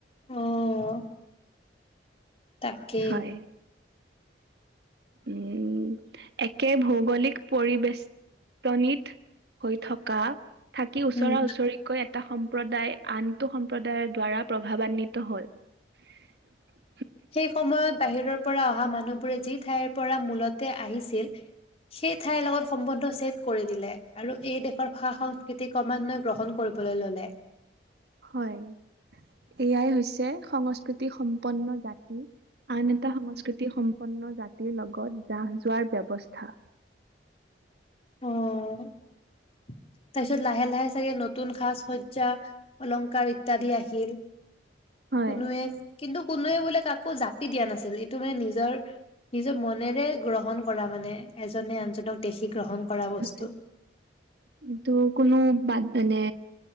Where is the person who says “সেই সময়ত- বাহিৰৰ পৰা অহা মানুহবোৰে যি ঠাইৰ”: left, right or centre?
Left